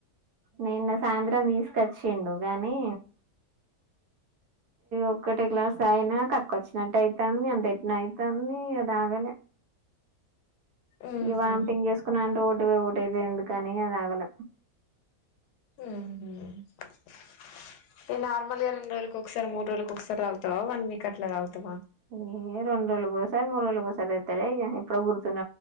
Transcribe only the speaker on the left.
ఉహు
ఊహు నార్మల్ గా రెండు రోజుల్కు ఒకసారి మూడు రోజుల్కు ఒకసారి తాగుతావా వన్ వీక్ అట్లా తాగుతావా